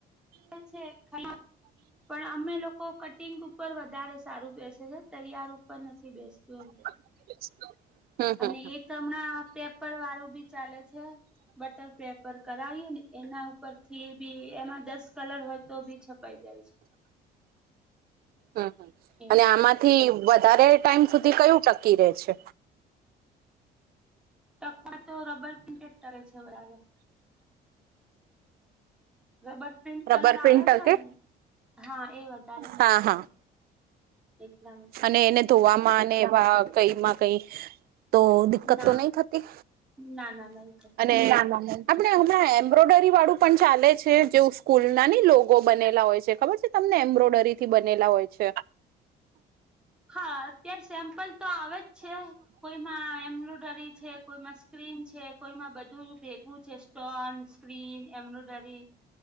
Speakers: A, in the centre; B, on the right.
A: કે છે <inaudible> પણ અમે લોકો કટિંગ ઉપર વધારે સારું બેસે છે તૈયાર ઉપર નથી બેસતું એમ.
B: <inaudible> હમ હમ
A: અને એક હમણાં પેપર વાળું બી. ચાલે છે બટર પેપર કરાવીએ ને એના ઉપર. થી બી એમાં દસ કલર હોય તો બી છપાઈ જાય છે.
B: હમ હમ
A: છે એવું
B: અને આમાંથી.
A: છે
B: વધારે ટાઈમ સુધી કયું ટકી રહે છે.
A: ટકવા તો રબર પ્રિન્ટેડ કરે છે બરાબર લબર પ્રિન્ટ કલર
B: રબર પ્રિન્ટ
A: આવે છે
B: ટકે
A: ને હા એ વધારે ટકે
B: હા
A: છે
B: હા
A: એટલા માટે
B: અને એને ધોવામાં ને વા કઈ માં કઈ તો દિક્કતો
A: ના
B: નહી થતી
A: ના ના નહી થતી
B: અને આપણે હમણાં એમ્બ્રોઇડરી વાળું પણ ચાલે છે જેવું સ્કૂલ ના ની લોગો બનેલા હોય છે ખબર છે તમને એમ્બ્રોઇડરી થી બનેલા હોય છે
A: હા અત્યારે સેમ્પલ તો આવે જ છે કોઈમાં એમ્બ્રોડરી છે કોઈમાં સ્ક્રીન છે કોઈમાં બધા ભેગું છે સ્ટોન સ્ક્રીન એમ્બ્રોડરી,